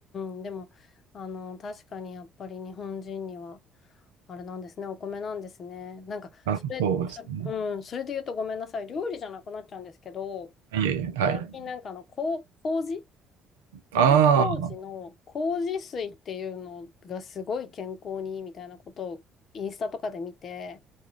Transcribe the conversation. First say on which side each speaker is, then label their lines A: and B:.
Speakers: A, on the left; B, on the right.
A: ーん、でも、あの、確かにやっぱり日本人には、あれなんですね、お米なんですね。なんか、
B: あ、
A: それ、
B: そうですね。
A: そ、うん、それで言うとごめんなさい、料理じゃなくなっちゃうんですけど、
B: いえいえ、はい。
A: 最近なんかあの、こう、麹
B: ああ、
A: 米麹の麹水っていうのがすごい健康にいいみたいなことをインスタとかで見て、